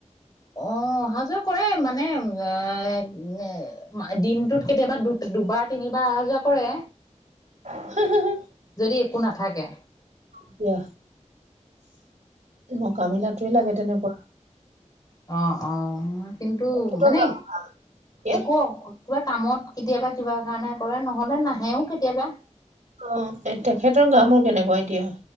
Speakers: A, on the left; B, on the right.
A: অ', অহা যোৱা কৰে মানে দিনটোত কেতিয়াবা দুবাৰ তিনিবাৰ অহা যোৱা কৰে
B: <unintelligible>
A: যদি একো নাথাকে
B: এতিয়া মকা মেলাটোৱে লাগে তেনেকুৱা
A: অ অ কিন্তু
B: তেখেতৰ
A: মানে
B: গা মূৰ এতিয়া
A: একো কিবা কামত কেতিয়াবা কিবা কাৰণে কৰে নহলে নাহেও কেতিয়াবা
B: অ এ তেখেতৰ গা মোৰ কেনেকুৱা এতিয়া